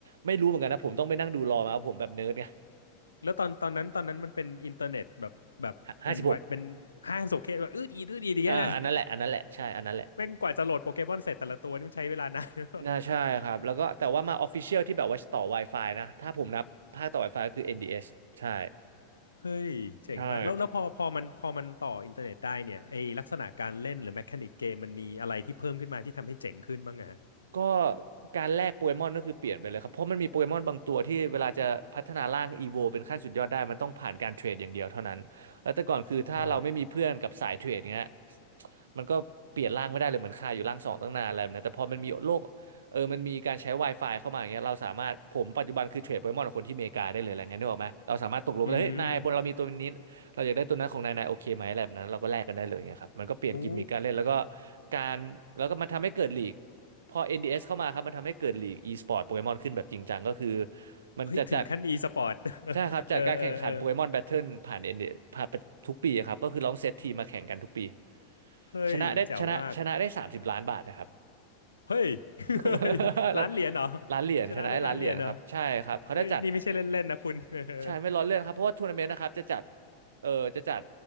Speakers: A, on the right (about 65°); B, on the left (about 75°).
A: ไม่รู้เหมือนกันนะผมต้องไปนั่งดูรอมาว่าผมแบบเนิร์ดไง
B: แล้วตอนตอนนั้นตอนนั้นมันเป็นอินเทอร์เน็ตแบบแบบเป็นไวเป็นห้างสโซเคแบบอืดอีดอืดอีดอย่างเงี้ยนะ
A: <laughs> ห้าสิบหกอ่าอันนั้นแหละอันนั้นแหละใช่อันนั้นแหละ
B: แม่งกว่าจะโหลดโปเกมอนเสร็จแต่ละตัวนี่มันใช้เวลานาน <laughs>
A: น่าใช่ครับแล้วก็แต่ว่ามา Official ที่แบบว่าต่อ Wi-Fi นะถ้าผมนับภาคต่อ Wi-Fi ก็คือ NDS ใช่
B: เฮ้ยเจ๋งมากแล้วแล้วพอพอมันพอมันต่ออินเทอร์เน็ตได้เนี่ยไอลักษณะการเล่นหรือแมคานิกเกมมันมีอะไรที่เพิ่มขึ้นมาที่ทำให้เจ๋งขึ้นบ้างอะฮะ
A: ใช่ ก็การแลกโปเกมอนก็คือเปลี่ยนไปเลยครับเพราะมันมีโปเกมอนบางตัวที่เวลาจะพัฒนาร่างอีโวเป็นขั้นสุดยอดได้มันต้องผ่านการเทรดอย่างเดียวเท่านั้นแล้วแต่ก่อนคือถ้าเราไม่มีเพื่อนกับสายเทรดเงี้ย
B: อ๋อ
A: มันก็เปลี่ยนร่างไม่ได้เลยเหมือนคาอยู่ร่างสองตั้งนานอะไรแบบนั้นแต่พอมันมีโลกเออมันมีการใช้ Wi-Fi เข้ามาอย่างเงี้ยเราสามารถผมปัจจุบันคือเทรดโปเกมอนกับคนที่อเมริกาได้เลยอะไรเงี้ยนึกออกไหมเราสามารถตกลงกันเลยเฮ้ยนายบนเรามีตัวนี้เราอยากได้ตัวนั้นของนายนายโอเคไหมอะไรแบบนั้นเราก็แลกกันได้เลยเงี้ยครับมันก็เปลี่ยนกิมมิคการเล่นแล้วก็
B: อืมโอ้
A: การแล้วก็มันทำให้เกิดลีก พอ NDS เอสเข้ามาครับมันทำให้เกิดลีก e-sport โปเกมอนขึ้นแบบจริงจังก็คือมันจะจัด
B: เฮ้ยถึงขั้นมี e สปอร์ต
A: ใช่ครับจัดการแข่งขันโปเกมอนแบทเทิลผ่าน
B: <laughs> เออเออเออ
A: NDS ผ่านทุกปีอะครับก็คือลองเซตทีมมาแข่งกันทุกปี
B: เฮ้ยแจ๋วมาก
A: ชนะได้ชนะชนะได้30ล้านบาทนะครับ
B: เฮ้ย <laughs>
A: <laughs>
B: เฮ้ยล้านเหรียญเหรอ
A: ร้านเหรียญชนะไอ้ร้านเหรียญครับใช่ครับเขาได้จัด
B: ชนะเลยล้านเหรียญเหรอเฮ้ยนี่ไม่ใช่เล่นๆนะคุณ <laughs> เออ
A: ใช่ไม่ล้อเล่นครับเพราะว่าทัวร์นาเมนต์นะครับจะจัดเออจะจัด